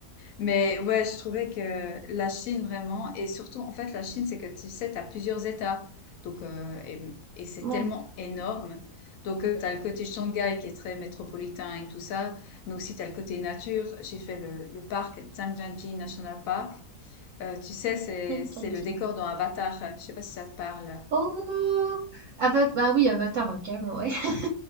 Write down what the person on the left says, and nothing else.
Mais ouais, je trouvais que la Chine vraiment, et surtout en fait la Chine, c'est que tu sais, tu as plusieurs États, donc euh, et, et c'est
tellement énorme. Donc tu as le côté Shanghai qui est très métropolitain et tout ça, mais aussi tu as le côté nature. J'ai fait le, le parc Zhangjiajie National Park. Euh, tu sais, c'est
c'est
le décor dans Avatar. Je sais pas si ça te parle.